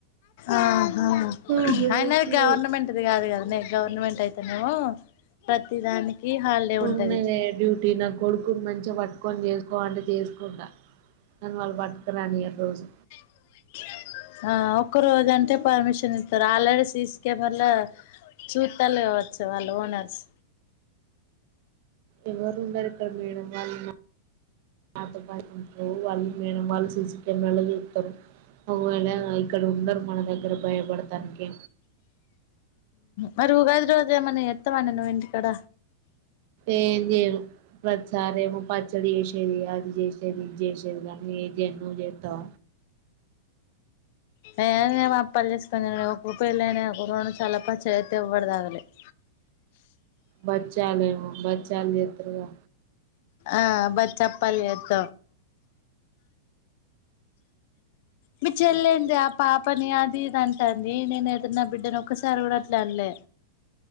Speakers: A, on the left; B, on the right.
A: ఆహ
B: ఉగాదికి
A: అయినది గవర్నమెంట్ది కాదు కదనే గవర్నమెంట్ అయితే ను ప్రతి దానికి హాలిడే ఉంటది
B: ఉన్నది డ్యూటీ నా కొడుకుని మంచిగా పట్టు పట్టుకొని చేస్కో అంతే చేసుకుంటా కానీ వాళ్ళు పట్టుకరానియరు రోజు
A: <unintelligible> ఆ ఒక్క రోజు అంటే పర్మిషన్ ఇస్తారు ఆల్రెడీ సిసి కెమరాలో చూసి తెలగవచ్చు వాళ్ళు ఓనర్స్
B: ఎవరు ఉండరిక్కడ వమేడమ్ వాళ్ళు నాతో పాటు ఉంటారు మేడేమ్ వాళ్ళు సీసీ కెమెరాల్లో చూస్తారు ఒకవేళ ఇక్కడ ఉండరు మన దగ్గర భయపడటానికి
A: మరి ఉగాది రోజు ఏమన్నా ఎత్తవా నే నువ్వు ఇంటికాడ
B: ఏం చేయరు వర్క్ సరేమో పచ్చడి చేసేది అది చేసేది ఇది చేసేది కానీ ఏది ఎన్నో చేస్తావ
A: ఏ అపలు చేసుకోని ఒక పెళ్ళని ఒక్కక్క చాలా పచ్చతే ఇవ్వడుదావలి <inaudible>
B: బచ్చాలేమో బచ్చాలు చేస్తారుగా
A: ఆ బచ్చప్పలి ద మీ చెల్లి ఏంది ఆ పాపని అది ఇది అంటారు ఏ నేనయితే నా బిడ్డను ఒక్కసారి కూడా అట్లా అనలే